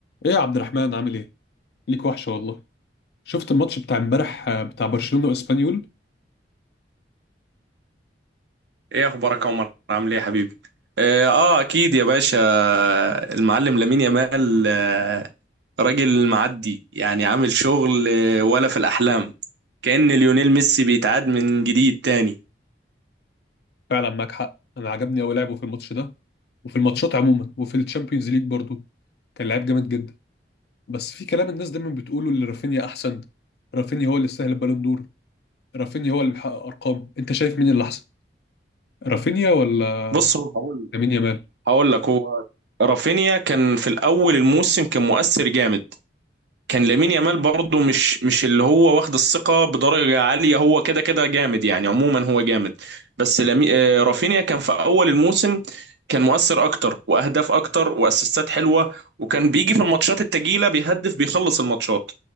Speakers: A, on the left (about 60°); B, on the right (about 70°).
A: ايه يا عبد الرحمن عامل ايه؟ ليك وحشة والله شفت الماتش بتاع امبارح آه، بتاع برشلونة واسبانيول
B: ايه اخبارك يا عمر عامل ايه يا حبيبي اه آه، اكيد يا باشا المعلم لامين يامال آه، راجل معدي يعني عامل شغل آه، ولا في الاحلام كأن ليونيل ميسي بيتعاد من جديد تاني
A: فعلا معاك حق انا عجبني قوي لعبه في الماتش ده وفي الماتشات عموما وفي الشامبيونز ليج برضو كان لعيب جامد جدا بس في كلام الناس دايما بتقوله ان رافينيا احسن رافينيا هو اللي يستاهل البالون دور رافينيا هو اللي بيحقق ارقام انت شايف مين اللي احسن رافينيا ولا
B: بص هو هقول
A: لامين يامال
B: هقول لك هو رافينيا كان في الاول الموسم كان مؤثر جامد كان لامين يامال برضه مش مش اللي هو واخد الثقه بدرجه عاليه هو كده كده جامد يعني عموما هو جامد بس لامي... آه، رافينيا كان في اول الموسم كان مؤثر اكتر واهداف اكتر واسيستات حلوه وكان بيجي في الماتشات التقيله بيهدف بيخلص الماتشات